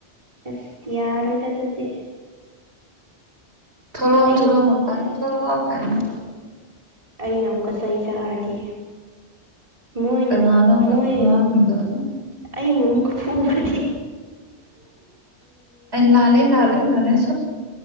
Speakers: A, on the right (about 30°); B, on the right (about 60°).
A: ꯑꯁ ꯌꯥꯔ ꯑꯣꯏꯗ ꯑꯗꯨꯗꯤ
B: ꯊꯂꯣ
A: ꯑꯩꯒꯤ
B: ꯊꯂꯣ
A: ꯄꯨꯛꯁꯦ
B: ꯃꯄꯅꯦ ꯊꯂꯣ ꯋꯥ ꯈꯥꯏꯅꯦ
A: ꯑꯩꯅ ꯑꯃꯨꯛꯀ ꯆꯩ ꯆꯥꯔꯗꯤ ꯃꯣꯏꯅ
B: ꯀꯅꯥꯅꯣ
A: ꯃꯣꯏ
B: ꯉꯥꯡꯉꯤꯗꯣꯅ
A: ꯑꯩꯕꯨ ꯑꯃꯨꯛꯀ ꯐꯨꯕꯗꯤ
B: ꯂꯥꯂꯦ ꯂꯥꯂꯦ ꯂꯂꯦ